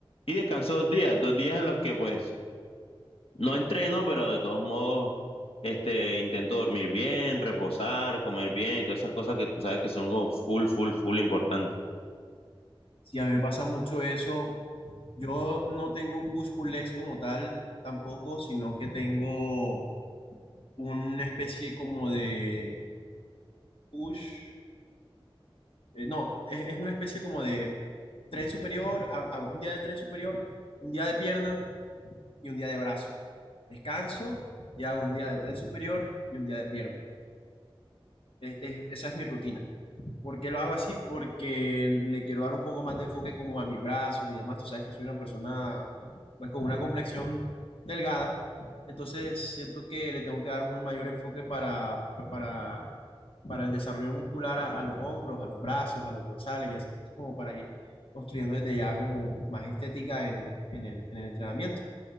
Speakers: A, on the left (about 85°); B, on the left (about 70°).
A: Y descanso dos días, dos días en los que pues no entreno, pero de todos modos, este, intento dormir bien, reposar, comer bien y todas esas cosas que tú sabes que son como full, full, full importantes.
B: Sí, a mí me pasa mucho eso. Yo no tengo un push-pull-legs como tal tampoco, sino que tengo una especie como de push. eh, no, es, es una especie como de tren superior, ha- hago un día de tren superior, un día de pierna y un día de brazo. Descanso y hago un día de tren superior y un día de pierna. Es- es- esa es mi rutina. ¿Por qué lo hago así? Porque le quiero dar un poco más de enfoque como a mis brazos y demás. Tú sabes que soy una persona pues con una complexión delgada, entonces siento que le tengo que dar un mayor enfoque para pues para para el desarrollo muscular a, a los hombros, a los brazos, a los dorsales y esas cosas como para ir construyendo desde ya como más estética en el, en el, en el entrenamiento.